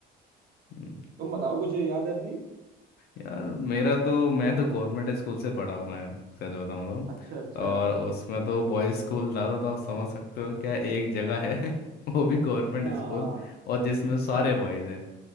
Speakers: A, on the left; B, on the right.
A: हम्म,
B: तुम बताओ कुछ याद है अपनी
A: यार मेरा तो मैं तो गवर्नमेंट स्कूल से पढ़ा हूँ मैं सच बताऊँ तो
B: अच्छा अच्छा
A: और उसमें तो बॉयज़ स्कूल ज़्यादा था आप समझ सकते हो क्या एक जगह है <laughs> वो भी गवर्नमेंट
B: हाँ
A: स्कूल और जिसमें सारे
B: हाँ
A: बॉयज़ हैं